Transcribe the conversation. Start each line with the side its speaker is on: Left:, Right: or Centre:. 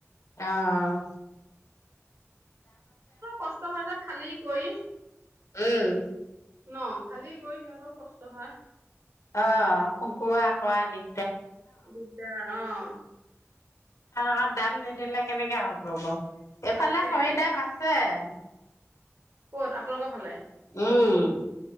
Left: আহ
Right: কষ্ট হয় যে ফালি কৰি
Left: উম
Right: ন খালি গৈ সিহঁতও কষ্ট হয়৷
Left: অ শুকুৱা কৰা দি
Right: অ দিছে অ <inaudible>
Left: আৰু দাম নিদিলে কেনেকে হ'ব এইফালে
Right: তাকে
Left: খৰি দাম আছে। <unintelligible>
Right: কত আপোনালোকৰ ফালে
Left: উম